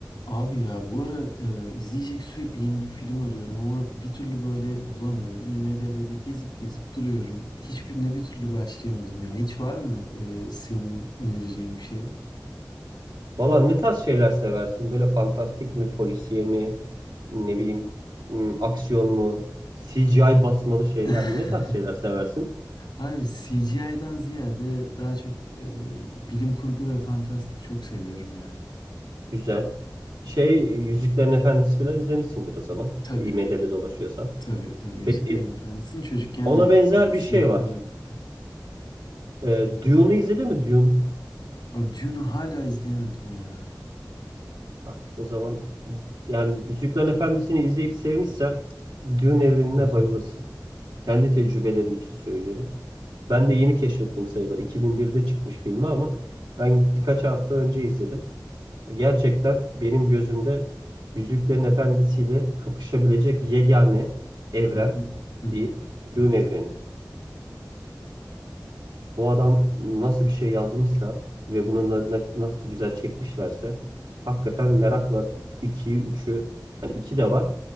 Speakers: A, on the left (about 85°); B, on the right (about 85°).
A: Abi ya bu ara e, izleyecek sürekli yeni bir film arıyorum ama bir türlü böyle bulamıyorum. IMDb'de gezip gezip duruyorum. Hiçbirine bir türlü başlayamadım ya. Hiç var mı e, senin önereceğin bir şey?
B: Valla ne tarz şeyler seversin? Böyle fantastik mi, polisiye mi, ne bileyim, m, aksiyon mu, CGI basmalı şeyler
A: <laughs>
B: mi? Ne tarz şeyler seversin?
A: Abi CGI'den ziyade daha çok e, bilim kurgu ve fantastik çok seviyorum ya.
B: Güzel. Şey, Yüzüklerin Efendisi falan izlemişsindir o zaman.
A: Tabii,
B: IMDb'de dolaşıyorsan.
A: tabii, tabii. Yüzüklerin
B: Peki,
A: Efendisi'ni çocukken
B: ona
A: de
B: benzer
A: direkt
B: bir
A: sinemada
B: şey var.
A: da gittim.
B: Ee, Dune'u izledin mi? Dune.
A: Abi Dune'u hala izleyemedim ya.
B: Bak o zaman yani Yüzüklerin Efendisi'ni izleyip sevmişsen Dune evrenine
A: Hı hı,
B: bayılırsın. Kendi tecrübelerim için söylüyorum. Ben de yeni keşfettim sayılır. 2001'de çıkmış filmi ama ben birkaç hafta önce izledim. Gerçekten benim gözümde Yüzüklerin Efendisi'yle kapışabilecek yegane evren
A: hı hı, hı hı.
B: diyeyim, Dune evreni. Bu adam nasıl bir şey yazmışsa ve bunu na- na- nasıl güzel çekmişlerse hakikaten merakla 2'yi üçü hani 2 de var.